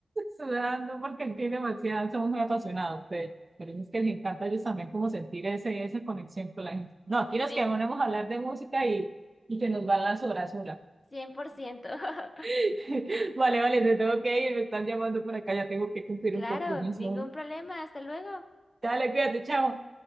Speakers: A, on the right (about 35°); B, on the left (about 30°).
A: sudando, porque aquí demasiado, somos muy apasionados ustedes. Pero es que les encanta a ellos también como sentir ese, esa conexión con la gente. No, aquí nos
B: sí,
A: quedamos a hablar de música y, y se nos van las horas sola.
B: cien por ciento <laughs>
A: <laughs> Vale, vale, te tengo que ir, me están llamando por acá, ya tengo que cumplir
B: Claro,
A: un compromiso.
B: ningún problema, hasta luego.
A: Dale, cuídate, chao.